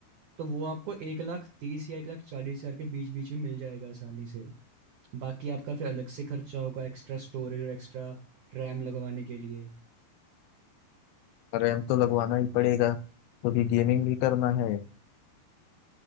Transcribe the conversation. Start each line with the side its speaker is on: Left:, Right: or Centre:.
Right: तो वो आपको एक लाख तीस या एक लाख चालीस हजार के बीच बीच में मिल जाएगा आसानी से बाकी आपका फिर अलग से खर्चा होगा एक्स्ट्रा स्टोरेज और एक्स्ट्रा रैम लगवाने के लिए
Left: रैम तो लगवाना ही पड़ेगा क्योंकि गेमिंग भी करना है